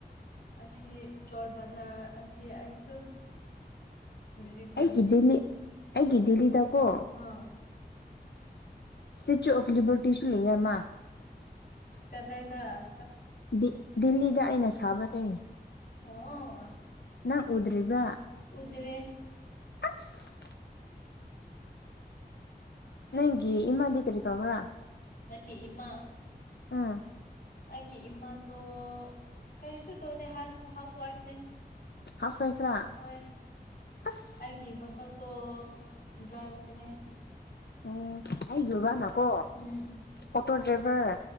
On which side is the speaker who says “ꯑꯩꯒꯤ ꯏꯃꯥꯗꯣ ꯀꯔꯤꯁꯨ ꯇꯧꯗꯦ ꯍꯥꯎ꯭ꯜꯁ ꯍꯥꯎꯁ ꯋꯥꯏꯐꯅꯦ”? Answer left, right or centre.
Left